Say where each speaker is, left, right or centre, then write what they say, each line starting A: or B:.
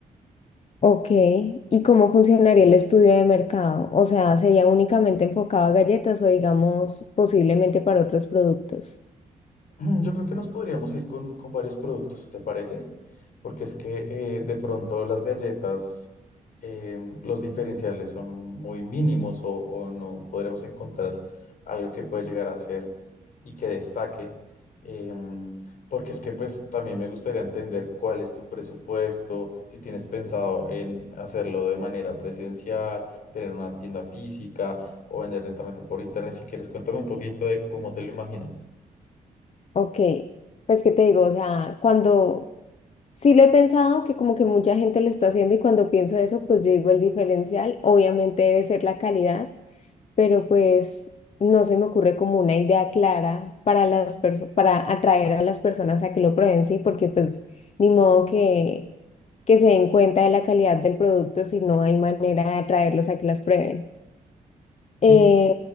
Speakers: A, on the left (about 50°); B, on the left (about 70°).
A: Ok, ¿y cómo funcionaría el estudio de mercado? O sea, ¿sería únicamente enfocado a galletas o digamos posiblemente para otros productos?
B: <clears throat> Yo creo que nos podríamos ir con, con varios productos, ¿te parece? Porque es que eh, de pronto las galletas, eh, los diferenciales son muy mínimos o, o no podremos encontrar algo que pueda llegar a ser y que destaque. em, porque es que pues también me gustaría entender cuál es tu presupuesto, si tienes pensado en hacerlo de manera presencial, tener una tienda física o vender netamente por internet. Si quieres, cuéntame un poquito de cómo te lo imaginas.
A: Ok, pues qué te digo, o sea, cuando sí lo he pensado que como que mucha gente lo está haciendo y cuando pienso eso, pues yo digo el diferencial obviamente debe ser la calidad pero pues no se me ocurre como una idea clara para las perso- para atraer a las personas a que lo prueben, sí, porque pues ni modo que, que se den cuenta de la calidad del producto si no hay manera de atraerlos a que las prueben.
B: Sí,
A: Eh,